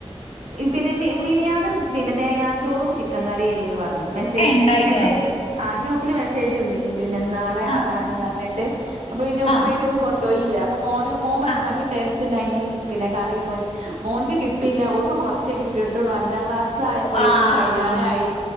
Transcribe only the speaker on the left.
ഏഹ് ഇണ്ടായിനിയോ
ആഹ്
ആഹ്
ആഹ്
ആഹ്
ആഹ്